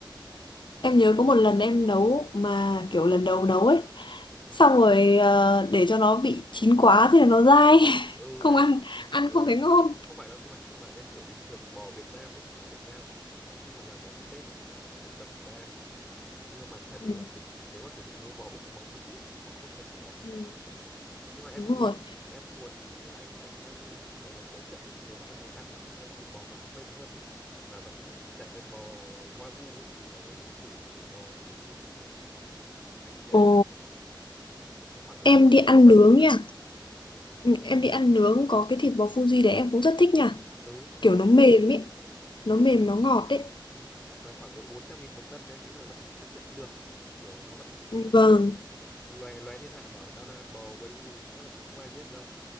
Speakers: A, on the left; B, in the centre.
A: Em nhớ có một lần em nấu mà kiểu lần đầu nấu ấy,
B: Ừ.
A: xong rồi ờ, để cho nó bị chín quá thì nó dai, <laughs>
B: ừ
A: không
B: đấy
A: ăn, ăn
B: ừ
A: không thấy ngon.
B: không phải đâu nhưng mà anh bảo nhá kiểu bình thường bò Việt Nam ấy bò Việt Nam khi mà làm bò bít tết phải là phải đập ra nhưng mà bản thân
A: Ừ,
B: là mình nếu mà kiểu mình mua bò Úc bò Mỹ ấy, thì họ không cần phải đập
A: ừ,
B: nhưng mà em
A: đúng
B: muốn
A: rồi.
B: em muốn anh anh đang gọi là giới thiệu ấy. nếu mà em muốn ăn ờ, thịt bò mà nó mềm hơn ấy mà vẫn rẻ hơn bò Wagyu ấy thì em có thể thử cái thịt bò Fuji của Nhật anh nghĩ cái
A: Ồ,
B: đấy là nó khoảng độ
A: em
B: bốn
A: đi ăn
B: bốn trăm
A: nướng
B: nghìn một cân
A: nha.
B: kiểu thế
A: Ừ, Em đi ăn nướng có cái thịt bò Fuji đấy em cũng rất thích nha.
B: ừ
A: Kiểu nó mềm ấy, nó mềm nó ngọt ấy.
B: ừ. mà khoảng độ bốn trăm nghìn một cân thì anh nghĩ là vẫn chấp nhận được kiểu nó vẫn
A: Ừ, Vâng.
B: loè loe thiên hạ bảo tao đang ăn bò Wagyu gu thì chắc là cũng không ai biết đâu